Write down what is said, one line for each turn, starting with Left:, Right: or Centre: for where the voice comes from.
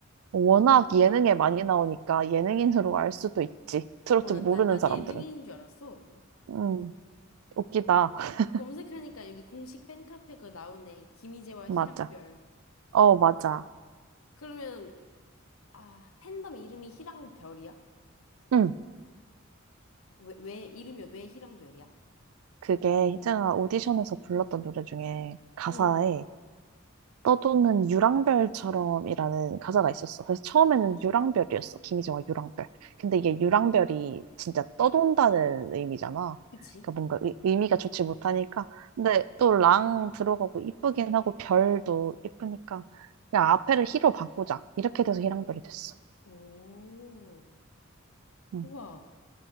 Right: 워낙 예능에 많이 나오니까 예능인으로 알 수도 있지. 트로트
Left: 어, 나,
Right: 모르는
Left: 나, 난
Right: 사람들은.
Left: 예능인인 줄 알았어
Right: 음, 웃기다.
Left: 그-
Right: <laughs>
Left: 검색하니까 여기 공식 팬카페 가 나오네 김희재와
Right: 맞아.
Left: 희랑별
Right: 어, 맞아.
Left: 그러면 아 팬덤 이름이 희랑별이야?
Right: 음,
Left: 왜, 왜 이름이 왜 희랑별이야?
Right: 그게 희정아 오디션에서 불렀던 노래 중에 가사에
Left: 응.
Right: 떠도는 유랑별처럼이라는 가사가 있었어. 그래서 처음에는 유랑별이었어. 김희정아 유랑별. 근데 이게 유랑별이 진짜 떠돈다는 의미잖아.
Left: 그치?
Right: 그러니까 뭔가 의, 의미가 좋지 못하니까. 근데 또 랑 들어가고 이쁘긴 하고 별도 이쁘니까 그냥 앞에를 희로 바꾸자. 이렇게 돼서 희랑별이 됐어.
Left: 오,
Right: 응,
Left: 우와,